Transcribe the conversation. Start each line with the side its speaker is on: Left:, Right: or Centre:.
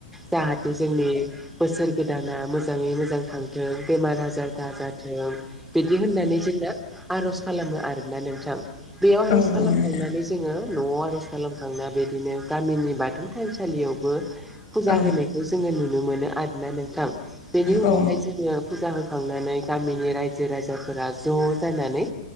Centre: जाहाथे जोंनि बोसोर गोदाना मोजाङै मोजां थांथों बेमार आजार आजार दाजाथों बिदि होननानै जोंना आर'ज खालामो आरोना नोंथां। बेयाव आर'ज
Left: औ नोंथां
Centre: खालामखांनानै जोङो न'आव आर'ज खालामखांना बिदिनो गामिनि बाथौ थानसालियावबो फुजा
Left: औ
Centre: होनायखौ जोङो नुनो मोनो आरोना नोंथां बेनि उनावहाय
Left: औ
Centre: जों नो फुजा होखांनानै गामिनि रायजो राजाफोरा ज' जानानै